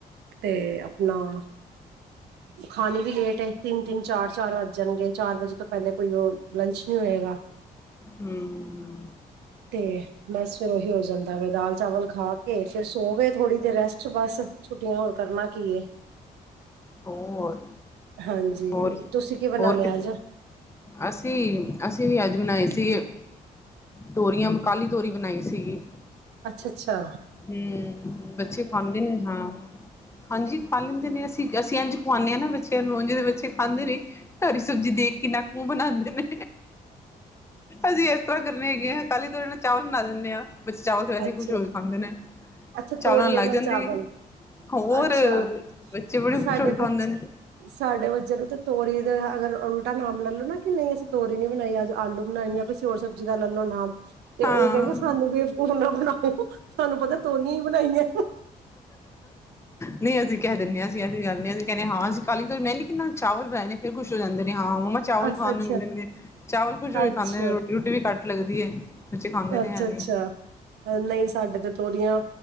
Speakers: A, on the right (about 85°); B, on the left (about 15°).
A: ਤੇ ਅਪਨਾ ਖਾਣੀ ਵੀ ਲੇਟ ਐ। ਤਿੰਨ ਤਿੰਨ, ਚਾਰ ਚਾਰ ਵੱਜ ਜਾਣਗੇ ਚਾਰ ਵਜੇ ਤੋਂ ਪਹਿਲੇ ਕੋਈ ਉਹ ਲੰਚ ਨਹੀਂ ਹੋਏਗਾ।
B: ਹੁੰ।
A: ਤੇ ਬਸ ਫੇਰ ਉਹੀ ਹੋ ਜਾਂਦਾ ਵ ਦਾਲ ਚਾਵਲ ਖਾ ਕੇ ਫਿਰ ਸੋ ਗਏ ਥੋੜੀ ਦੇਰ ਰੈਸਟ ਬਸ। ਛੁੱਟੀਆਂ ਹੋਰ ਕਰਨਾ ਕੀ ਏ।
B: ਹੋਰ,
A: ਹਾਂਜੀ
B: ਹੋਰ ਕੀ
A: ਤੁਸੀਂ ਬਣਾ
B: ਹੋਰ
A: ਲਿਆ
B: ਕਿ
A: ਅੱਜ
B: ਅਸੀਂ, ਅਸੀਂ ਵੀ ਅੱਜ ਬਣਾਏ ਸੀਗੇ। ਤੋਰੀਆਂ ਕਾਲੀ ਤੋਰੀ ਬਣਾਈ ਸੀਗੀ।
A: ਅੱਛਾ-ਅੱਛਾ।
B: ਹੁੰ, ਬੱਚੇ ਖਾਂਦੇ ਨੇ ਹਾਂ। ਹਾਂਜੀ, ਖਾ ਲੈਂਦੇ ਨੇ ਅਸੀਂ, ਅਸੀਂ ਇੰਜ ਖੁਵਾਂਦੇ ਹਾਂ ਨਾ ਬੱਚਿਆਂ ਨੂੰ ਉਂਜ ਤੇ ਬੱਚੇ ਖਾਂਦੇ ਨੀ। ਹਰੀ ਸਬਜ਼ੀ ਦੇਖ ਕੇ ਨੱਕ ਮੂੰਹ ਬਣਾਦੇ ਨੇ। ਅਸੀਂ ਇਸ ਤਰ੍ਹਾਂ ਕਰਨੇ ਹੈਗੇ ਆ ਕਾਲੀ ਤੋਰੀ ਨਾਲ ਚਾਵਲ ਬਣਾ ਲੈਣੇ ਹਾਂ। ਬੱਚੇ ਚਾਵਲ ਤੇ ਵੈਸੇ
A: ਅੱਛਾ
B: ਖੁਸ਼ ਹੋ ਕੇ ਖਾਂਦੇ ਨੇ।
A: ਅੱਛਾ
B: ਚਾਵਲਾਂ
A: ਤੋਰੀਆਂ
B: ਨਾਲ ਲੱਗ ਜਾਂਦੀ,
A: ਚਾਵਲ
B: ਹੋਰ
A: ਅੱਛਾ
B: ਬੱਚੇ ਬੜੀ
A: ਤੇ
B: ਖੁਸ਼
A: ਸਾਡੇ
B: ਹੋ ਕੇ ਖਾਂਦੇ
A: ਬੱਚੇ
B: ਨੇ।
A: ਸਾਡੇ ਬਚੇ ਨੂੰ ਤਾਂ ਤੋਰੀ ਦੇ ਅਗਰ ਉਲਟਾ ਨਾਮ ਲੈ ਲਓ ਨਾ ਕਿ ਨਹੀਂ ਅਸੀਂ ਤੋਰੀ ਨੀ ਬਣਾਈ ਅੱਜ ਆਲੂ ਬਣਾਈ ਆ ਕਿਸੀ ਹੋਰ ਸਬਜ਼ੀ ਦਾ ਲਲੋ ਨਾਮ ਤੇ
B: ਹਾਂ,
A: ਉਹ ਕਹਿੰਦੇ ਸਾਨੂੰ ਬੇਵਕੂਫ ਨਾ ਬਣਾਓ। ਸਾਨੂੰ ਪਤਾ ਤੋਰੀਆਂ ਹੀ ਬਣਾਈਆਂ।
B: ਨਹੀਂ ਅਸੀਂ ਕਹਿ ਦਿੰਨੇ ਆ। ਅਸੀਂ ਜਾਨੇ ਆਂ ਤੇ ਅਸੀਂ ਕਹਿਨੇ ਆਂ, ਹਾਂ ਅਸੀ ਕਾਲੀ ਤੋਰੀ <unintelligible> ਲੇਕਿਨ ਨਾਲ ਚਵਲ ਬਣਾਏ ਨੇ ਫੇਰ ਖੁਸ਼ ਹੋ ਜਾਂਦੇ ਨੇ ਹਾਂ ਮਮਾ ਚਾਵਲ
A: ਅੱਛਾ
B: ਖਾਣ
A: ਅੱਛਾ
B: ਨੂੰ ਮਿਲਣਗੇ, ਚਾਵਲ ਖੁਸ਼ ਹੋ ਕੇ
A: ਅੱਛਾ
B: ਖਾਂਦੇ ਰੋਟੀ ਰੋਟੀ ਵੀ ਕੱਟ ਲੱਗਦੀ ਏ। ਬੱਚੇ ਖਾਂਦੇ ਤੇ
A: ਅੱਛਾ-ਅੱਛਾ
B: ਹੈ ਨੀ।
A: ਨਹੀਂ ਸਾਡੇ ਤੇ ਤੋਰੀਆਂ